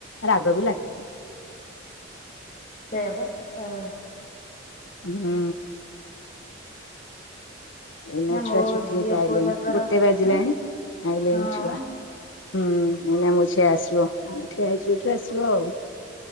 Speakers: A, on the left; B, on the left.
A: ରାଗ ବି ଲାଗିବ
B: ସେୟା ବା ହଁ
A: ଉଁ ଏଇନା
B: ନା
A: ଛୁଆ
B: ମୋ
A: ଛୁଟି
B: ଝିଅ
A: ହେଇକି ଆଇଲେଣି
B: ପୁଅ ତାଙ୍କର
A: ଗୋଟେ ବାଜିଲାଣି
B: ହଁ
A: ଆଇଲେଣିି
B: ହଁ
A: ଛୁଆ ହୁଁ ନା ମୋ ଝିଅ ଆସିବ ଆମେ ଠିଆ ହେଇଚୁ ଏଇଠୁ ଆସିବ ଆଉ